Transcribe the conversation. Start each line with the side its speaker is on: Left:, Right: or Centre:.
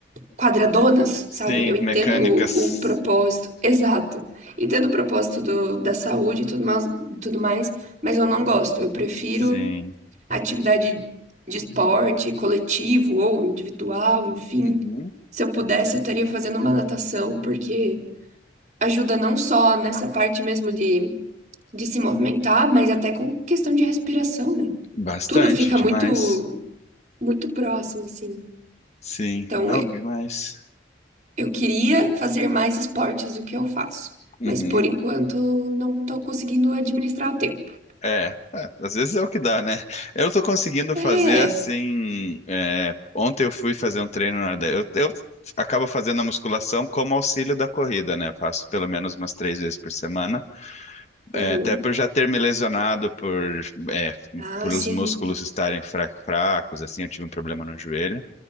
Right: quadradonas,
Left: Sim,
Right: sabe? Eu entendo
Left: mecânicas.
Right: o, o propósito, exato. Entendo o propósito do, da saúde e tudo mais, tudo mais, mas eu não gosto. Eu prefiro
Left: Sim.
Right: atividade de esporte, coletivo ou individual, enfim.
Left: Uhum.
Right: Se eu pudesse, eu estaria fazendo uma natação, porque ajuda não só nessa parte mesmo de, de se movimentar, mas até com questão de respiração, né?
Left: Bastante,
Right: Tudo fica
Left: demais.
Right: muito, muito próximo, assim.
Left: Sim,
Right: Então,
Left: não, demais.
Right: Eu queria fazer mais esportes do que eu faço,
Left: Uhum.
Right: mas por enquanto não estou conseguindo administrar o tempo.
Left: É, é, às vezes é o que dá, né? Eu tô conseguindo
Right: É.
Left: fazer assim. é, ontem eu fui fazer um treino na. de- Eu, eu acabo fazendo a musculação como auxílio da corrida, né? Eu faço pelo menos umas três vezes por semana.
Right: Uhum,
Left: É, até por já ter me lesionado por, é,
Right: Ah,
Left: por
Right: sim.
Left: os músculos estarem fra- fracos, assim, eu tive um problema no joelho.